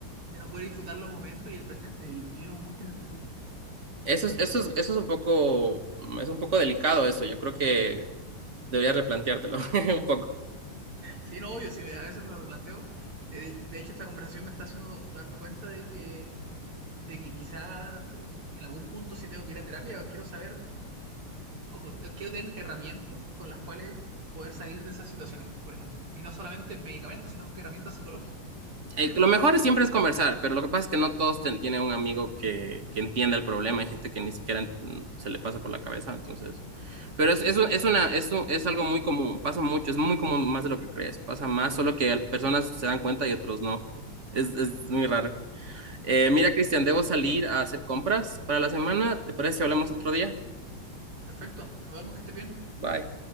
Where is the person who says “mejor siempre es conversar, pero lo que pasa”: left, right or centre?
Right